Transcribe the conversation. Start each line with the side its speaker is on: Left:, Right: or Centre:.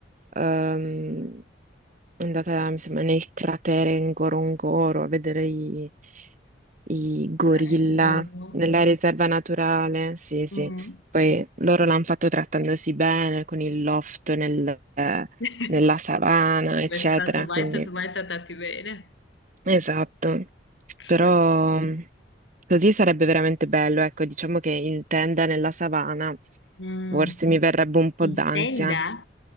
Right: ehm, è andata, mi sembra, nel cratere Ngorongoro a vedere i, i gorilla
Left: Bello.
Right: nella riserva naturale. Sì,
Left: Mm.
Right: sì. Poi loro l'hanno fatto trattandosi bene con il loft nel- eh,
Left: <laughs>
Right: nella savana,
Left: Sei
Right: eccetera.
Left: mai stato mai,
Right: Quindi.
Left: tanto mai trattarti bene?
Right: Esatto,
Left: Che...
Right: però mh, così sarebbe veramente bello, ecco, diciamo che in tenda nella savana
Left: Mm.
Right: forse mi verrebbe un po'
Left: In
Right: d'ansia.
Left: tenda?